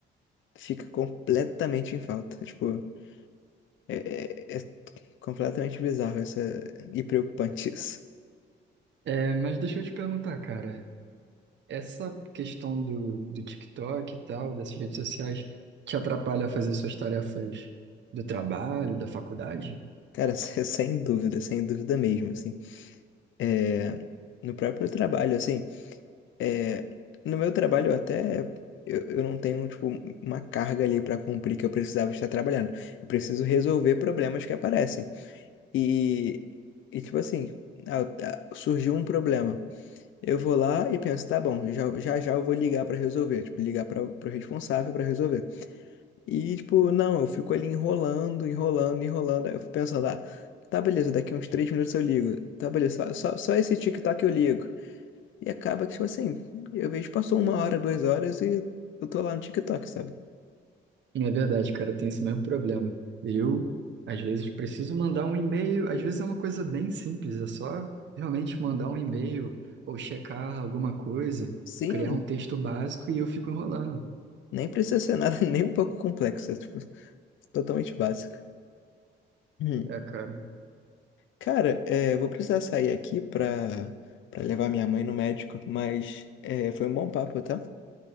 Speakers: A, on the left; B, on the right.
A: fica completamente em falta. Tipo, é, é- é completamente bizarro essa, e preocupante isso.
B: É, mas deixa eu te perguntar, cara. Essa questão do, do TikTok e tal, dessas redes sociais, te atrapalha a fazer suas tarefas do trabalho, da faculdade?
A: Cara, <laughs> sem sem dúvida, sem dúvida mesmo, assim. É, no próprio trabalho, assim. É, no meu trabalho eu até eu, eu não tenho tipo uma carga ali para cumprir que eu precisava estar trabalhando. Eu preciso resolver problemas que aparecem. E, e tipo assim, ah, eu- ah, surgiu um problema. Eu vou lá e penso, tá bom, já já, já eu vou ligar para resolver, tipo, ligar para o responsável para resolver. E tipo, não, eu fico ali enrolando, enrolando, enrolando, eu fico pensando, ah, tá beleza, daqui uns três minutos eu ligo. Tá beleza, só, só, só esse tic-tac eu ligo. E acaba que, tipo assim, eu vejo passou uma hora, duas horas e eu tô lá no TikTok, sabe?
B: Não é verdade, cara, tem esse mesmo problema. Eu, às vezes, preciso mandar um e-mail, às vezes é uma coisa bem simples, é só realmente mandar um e-mail ou checar alguma coisa,
A: Sim,
B: criar um texto básico e eu fico enrolando.
A: nem precisa ser nada <laughs> nem um pouco complexo, é, tipo, totalmente básico. Hum.
B: É, cara.
A: Cara, é, eu vou precisar sair aqui pra, pra levar minha mãe no médico, mas é, foi um bom papo, tá?